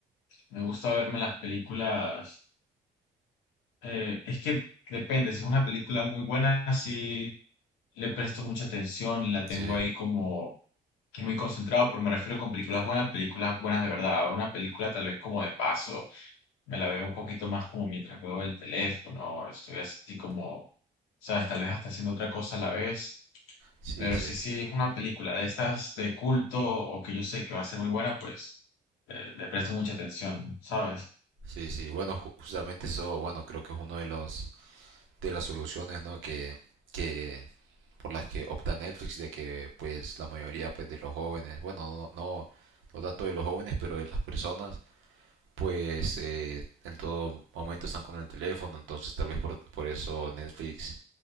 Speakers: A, on the left; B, on the right.
A: me gusta verme las películas Eh, es que depende, si es una película muy buena, sí le presto mucha atención, la
B: Sí,
A: tengo ahí como que muy concentrado, pero me refiero con películas buenas, películas buenas de verdad. Ahora una película tal vez como de paso, me la veo un poquito más como mientras veo el teléfono, estoy así como, sabes, tal vez hasta haciendo otra cosa a la vez,
B: sí,
A: pero
B: sí.
A: sí, sí es una película de estas de culto o que yo sé que va a ser muy buena, pues eh, le presto mucha atención, ¿sabes? <laughs>
B: Sí, sí. Bueno, ju- justamente eso, bueno, creo que es uno de los de las soluciones, ¿no? Que, que por las que opta Netflix de que pues la mayoría pues de los jóvenes, bueno, no, no, no tanto de los jóvenes, pero de las personas pues eh, en todo momento están con el teléfono, entonces tal vez por, por eso Netflix